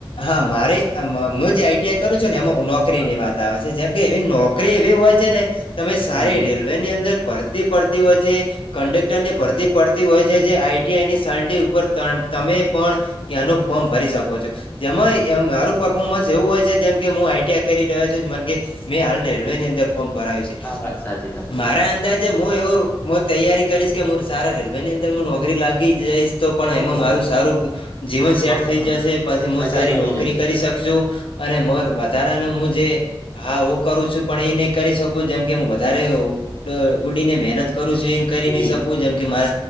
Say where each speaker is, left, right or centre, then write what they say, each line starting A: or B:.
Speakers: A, on the left; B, on the left.
A: હન. મારી અમ મુ જે આઈટીઆઈ કરું છું ન એમાં નોકરીની
B: હા
A: વાત આવે છે. જે જેમ કે એવી નોકરી એવી હોય છે ને, તમે સારી
B: હમ
A: રેલવેની અંદર ભરતી પડતી હોય છે. કંડક્ટરની ભરતી પડતી હોય છે, જે આઈટીઆઈની સલ્ટી ઉપર ત્ર તમે પણ એનું ફોર્મ ભરી શકો છો. જેમાય એમ મારું પફોર્મન્સ એવું હોય છે, જેમ કે મુ મુ આઈટીઆઈ કરી રહ્યો છુ જ મન કે મે હાલ રેલવેની અંદર ફોમ ભરાયું છે.
B: હા વાત સાચી તમે
A: મારા અંદાજે મુ એવું મુ તૈયારી કરીશ કે મુ સારા રેલવેની અંદર મુ નોકરી લાગી જઈશ. તો પણ
B: હા બરોબર
A: એમાં મારું સારું જીવન સેટ
B: પરફોર્મન્સ
A: થઈ જશે. પછી મુ
B: કરિયર
A: સારી
B: બની
A: નોકરી
B: જશે
A: કરી શકશું. <unintelligible> અને મર
B: હા
A: વધારાનું મુ જે હા, હું કરું છું. પણ એ નઈ કરી શકું, જેમ કે મુ વધારે <unintelligible> ડ ગુડીને મહેનત કરું છું. એમ કરી
B: ઉડી
A: નઈ શકું. જેમ કે માર